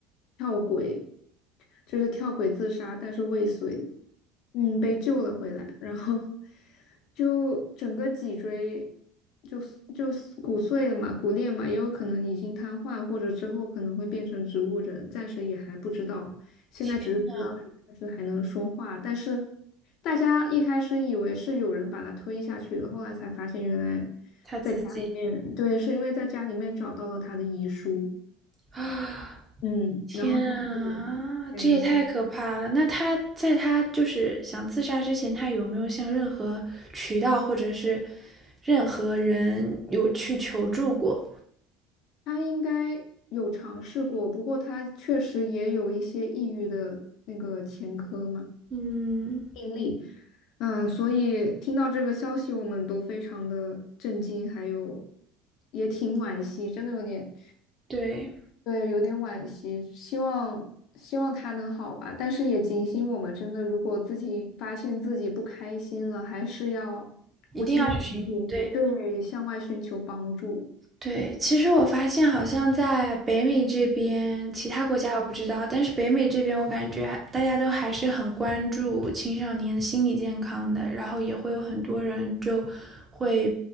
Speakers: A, on the left; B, on the right.
A: 跳轨，就是跳轨自杀，但是未遂，嗯，被救了回来，然后就整个脊椎就就骨碎了嘛，骨裂嘛，也有可能已经瘫痪，或者之后可能会变成植物人，暂时也还不知道，现在只是知道他暂时还能说话，
B: 天
A: 但是大家一开始以为是有人把他推下去的，后来才发现原来
B: 他自己
A: 在家里面，对，是因为在家里面找到了他的遗书，
B: 啊。<gasps>
A: 嗯，
B: 天啊，
A: 然后他是。对，
B: 这也太可怕了！那他在他就是想自杀之前，他有没有向任何渠道或者是任何人有去求助过？
A: 他应该有尝试过，不过他确实也有一些抑郁的那个前科嘛，
B: 嗯，
A: 病例。嗯，所以听到这个消息，我们都非常的震惊，还有也挺惋惜，真的有点，
B: 对，
A: 对，有点惋惜。希望希望他能好吧，但是也警醒我们，真的，如果自己发现自己不开心了，还是要，
B: 一定要去寻，
A: 嗯，
B: 对。
A: 对，向外寻求帮助。
B: 对，其实我发现好像在北美这边，其他国家我不知道，但是北美这边我感觉还大家都还是很关注青少年的心理健康的，然后也会有很多人就会